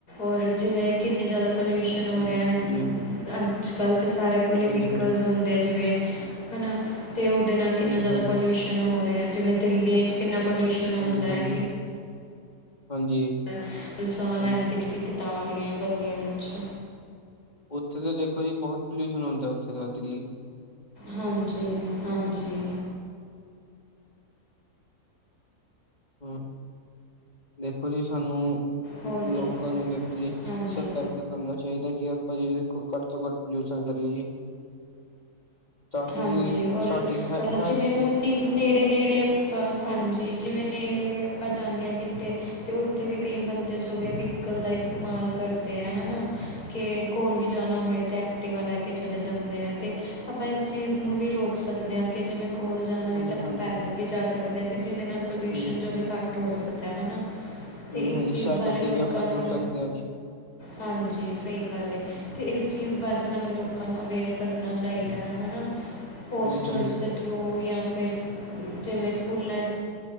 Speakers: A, on the left; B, on the left.
A: ਔਰ ਜਿਵੇਂ ਕਿੰਨੀ ਜ਼ਿਆਦਾ ਪੋਲਿਊਸ਼ਨ ਹੋ ਰਿਹਾ
B: ਹਾਂਜੀ,
A: ਐ। ਅੱਜ-ਕੱਲ੍ਹ ਤਾਂ ਸਾਰਿਆਂ ਕੋਲ ਹੀ
B: ਹਾਂਜੀ,
A: ਵਹੀਕਲਸ ਹੁੰਦੇ ਜਿਵੇਂ। ਹੈਨਾ ਅਤੇ ਉਹਦੇ ਨਾਲ ਕਿੰਨਾ
B: ਹਾਂਜੀ,
A: ਜ਼ਿਆਦਾ
B: ਹਾਂਜੀ, ਹਾਂਜੀ,
A: ਪੋਲਿਊਸ਼ਨ ਹੋ ਰਿਹਾ। ਜਿਵੇਂ ਦਿੱਲੀ ਚ ਕਿੰਨਾ ਪੋਲਿਊਸ਼ਨ ਹੁੰਦਾ
B: ਹਾਂਜੀ-ਹਾਂਜੀ,
A: ਹੈ
B: ਹਾਂਜੀ।
A: ਤੇ ਹੁਣ ਸਾਹ ਲੈਣ
B: ਹਾਂਜੀ,
A: ਦੀ ਵੀ ਦਿੱਕਤਾਂ ਆ ਰਹੀਆਂ ਬੰਦਿਆਂ ਵਿੱਚ।
B: ਉੱਥੇ ਤਾਂ ਦੇਖੋ ਜੀ ਬਹੁਤ ਪੋਲਿਊਸ਼ਨ ਹੁੰਦਾ ਉੱਥੇ ਤਾ ਦਿੱਲੀ।
A: ਹਾਂਜੀ-ਹਾਂਜੀ।
B: ਹੂੰ, ਦੇਖੋ ਜੀ ਸਾਨੂੰ।
A: ਹੋਰ
B: ਲੋਕਾਂ
A: ਦ
B: ਨੂੰ ਦੇਖੋ ਜੀ
A: ਹਾਂਜੀ
B: ਸਤਰਕ ਕਰਨਾ ਚਾਹੀਦਾ ਕਿ ਆਪਾਂ ਜੀ ਦੇਖੋ ਘੱਟ ਤੋਂ ਘੱਟ ਪੋਲਿਊਸ਼ਨ ਕਰੀਏ ਜੀ। ਤਾਂ ਕਿ
A: ਹਾਂਜੀ,
B: ਜੀ
A: ਔਰ
B: ਸਾਡੀ ਹੈ
A: ਮਤਲਬ
B: ਹੈਲਥ
A: ਜਿਵੇਂ ਹੁਣ
B: ਤੇ
A: ਨੀ। ਨੇੜੇ-ਨੇੜੇ ਆਪਾਂ ਹਾਂਜੀ, ਜਿਵੇਂ ਨੇੜੇ ਆਪਾਂ ਜਾਂਦੇ ਹਾਂ ਕਿਤੇ। ਤੇ ਉੱਥੇ ਵੀ ਕਈ ਬੰਦੇ ਜੋ ਵੇ ਵਹੀਕਲ ਦਾ ਇਸਤੇਮਾਲ ਕਰਦੇ ਏ ਹੈਨਾ। ਕਿ ਕੋਲ ਵੀ ਜਾਣਾ ਹੋਏ ਅਤੇ ਐਕਟੀਵਾ ਲੈ ਕੇ ਚਲੇ ਜਾਂਦੇ ਏ ਤੇ ਆਪਾਂ ਇਸ। ਚੀਜ਼ ਨੂੰ ਵੀ ਰੋਕ ਸਕਦੇ ਆ ਕਿ ਜਿਵੇਂ ਕੋਲ ਜਾਣਾ ਹੋਏ
B: ਹਾਂਜੀ,
A: ਤਾਂ ਆਪਾਂ
B: ਹਾਂਜੀ,
A: ਪੈਦਲ ਵੀ ਜਾ ਸਕਦੇ ਆ ਤੇ ਜਿਹਦੇ ਨਾਲ ਪੋਲਿਊਸ਼ਨ
B: ਹਾਂਜੀ,
A: ਜੋਵੇ ਘੱਟ ਹੋ ਸਕਦਾ ਹੈ ਹੈਨਾ। ਤੇ
B: ਹਾਂਜੀ,
A: ਇਸ
B: ਹਾਂਜੀ
A: ਚੀਜ਼
B: ਸਾਈਕਲ
A: ਬਾਰੇ ਲੋਕਾਂ
B: ਤੇ ਵੀ ਆਪਾਂ
A: ਨੂੰ।
B: ਤੁਰ ਸਕਦੇ ਹਾਂ ਜੀ
A: ਹਾਂਜੀ, ਸਹੀ ਗੱਲ ਐ ਤੇ ਇਸ ਚੀਜ਼ ਬਾਰੇ ਸਾਨੂੰ ਲੋਕਾਂ ਨੂੰ ਅਵੇਅਰ ਕਰਨਾ ਚਾਹੀਦਾ ਐ ਹਨਾ। ਪੋਸਟਰਸ
B: ਹਾਂਜੀ, ਹਾਂਜੀ,
A: ਦੇ ਥਰੂ ਜਾਂ ਫਿਰ ਜਿਵੇਂ ਸਕੂਲਾਂ